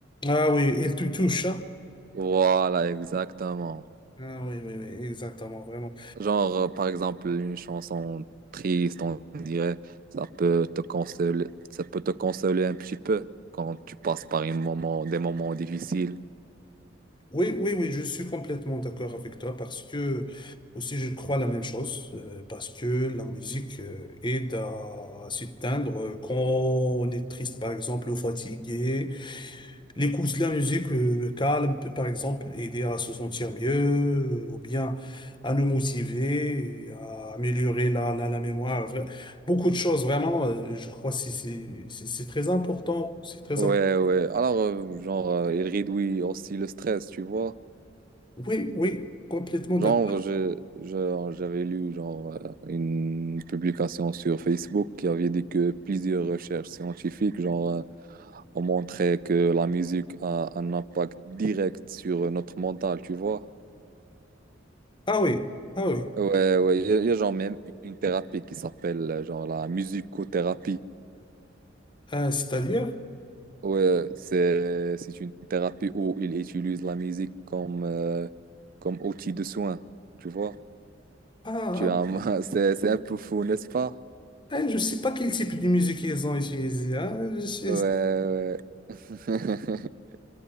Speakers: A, on the left; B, on the right.
A: Ah oui, elle te touche, hein?
B: Voilà, exactement.
A: Ah oui, oui, oui, exactement, vraiment.
B: Genre, euh, par exemple, une chanson triste, on dirait, ça peut te consoler, ça peut te consoler un petit peu quand tu passes par un moment, des moments difficiles.
A: Oui, oui, oui, je suis complètement d'accord avec toi parce que aussi je crois la même chose, euh, parce que la musique euh, aide à s'éteindre quand on est triste par exemple ou fatigué. L'écoute de la musique euh, calme peut par exemple aider à se sentir mieux euh, ou bien à nous motiver, et à améliorer la, la, la mémoire. Vra- Beaucoup de choses vraiment, euh, je crois que c'est c'est- c'est- c'est très important, c'est très
B: Ouais,
A: important.
B: ouais. Alors, euh, genre, euh, il réduit aussi le stress, tu vois.
A: Oui, oui, complètement
B: Genre,
A: d'accord.
B: je, je- j'avais lu genre, euh, une publication sur Facebook qui avait dit que plusieurs recherches scientifiques genre, euh, ont montré que la musique a un impact direct sur notre mental, tu vois.
A: Ah oui, ah oui.
B: Ouais, ouais, il y, a il y a genre même une thérapie qui s'appelle euh, genre la musicothérapie.
A: Euh, c'est-à-dire?
B: Ouais, c'est, c'est une thérapie où ils utilisent la musique comme, euh, comme outil de soin, tu vois.
A: Ah,
B: Tu
A: ah,
B: as, <laughs> c'est, c'est un peu fou, n'est-ce pas?
A: ah, je ne sais pas quel type de musique ils ont utilisé. Ah, je sais-
B: Ouais, ouais. <laughs>